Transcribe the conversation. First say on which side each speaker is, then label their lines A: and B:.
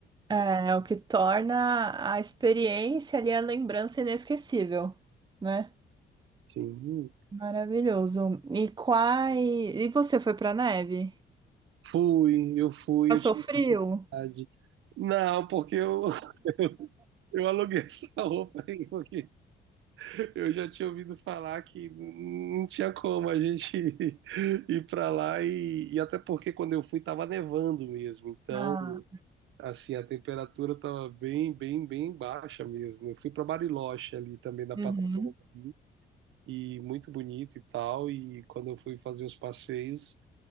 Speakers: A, on the right; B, on the right.
A: É, é o que torna a experiência ali a lembrança inesquecível, né?
B: Sim, hum,
A: Maravilhoso. E quais... E você foi pra neve?
B: fui, eu fui,
A: Passou frio?
B: utilidade. Não, porque eu, <laughs> eu eu aluguei essa roupa aí, porque eu já tinha ouvido falar que não tinha como a gente <laughs> ir pra lá e, e até porque quando eu fui tava nevando mesmo, então
A: Ah,
B: Assim, a temperatura estava bem, bem, bem baixa mesmo. Eu fui para Bariloche ali também da Patagônia
A: uhum,
B: ali, e muito bonito e tal. E quando eu fui fazer os passeios,